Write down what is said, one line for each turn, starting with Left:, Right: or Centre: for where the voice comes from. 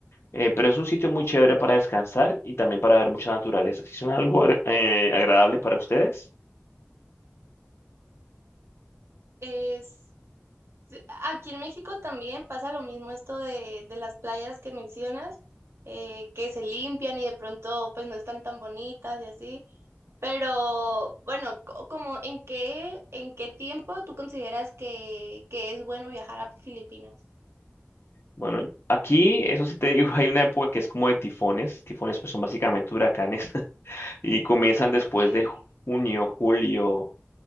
Left: eh, pero es un sitio muy chévere para descansar y también para ver mucha naturaleza. Si son algo agra- eh, agradable para ustedes,
Right: Es Sí, Aquí en México también pasa lo mismo esto de, de las playas que mencionas, eh, que se limpian y de pronto pues no están tan bonitas y así. Pero bueno, co- como en qué, en qué tiempo tú consideras que, que es bueno viajar a Filipinas?
Left: bueno, aquí, eso sí te digo, <laughs> hay una época que es como de tifones. Tifones pues son básicamente huracanes <laughs> y comienzan después
Right: okay
Left: de junio, julio,